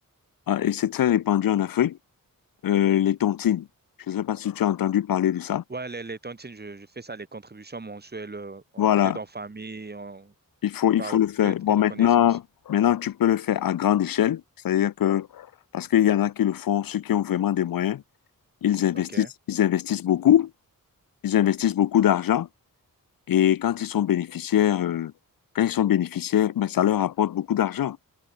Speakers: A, on the left (about 75°); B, on the right (about 30°).
A: Ah, et c'est très répandu en Afrique, euh, les tontines. Je sais pas si tu as entendu parler de ça.
B: Ouais, les, les tontines, je, je fais ça, les contributions mensuelles, euh, en-
A: Voilà,
B: peut-être en famille, en,
A: il faut, il
B: par
A: faut le faire.
B: peut-être
A: Bon,
B: que les
A: maintenant,
B: connaissances.
A: maintenant, tu peux le faire à grande échelle. C'est-à-dire que, parce qu'il y en a qui le font, ceux qui ont vraiment des moyens, ils investissent,
B: Ok,
A: ils investissent beaucoup. Ils investissent beaucoup d'argent. Et quand ils sont bénéficiaires, euh, quand ils sont bénéficiaires, ben, ça leur apporte beaucoup d'argent.